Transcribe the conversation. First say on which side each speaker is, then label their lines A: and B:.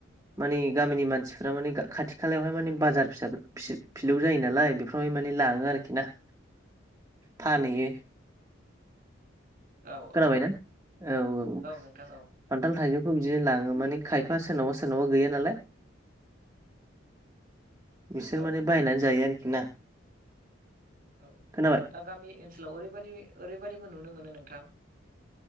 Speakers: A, on the right; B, on the right.
A: माने गामिनि मानसिफोरा माने खाथि खालायावहाय माने बाजार फिसा फिलौ जायो नालाय बेफ्रावहाय माने लाङो आरोखि ना
B: <inaudible>
A: फानहैयो
B: औ
A: खोनाबायना
B: औ
A: औ औ
B: नोंथां औ
A: खानथाल थाइजौ खौ बिदिनो लाङो माने खायफा सोरनावबा सोरनावबा गैया नालाय बिसोर
B: औ
A: माने बायनानै जायो आरोखि ना
B: औ
A: खोनाबाय
B: दा गामि ओनसोलाव ओरैबायदि ओरैबायदिबो नुनो मोन मोनो नोंथां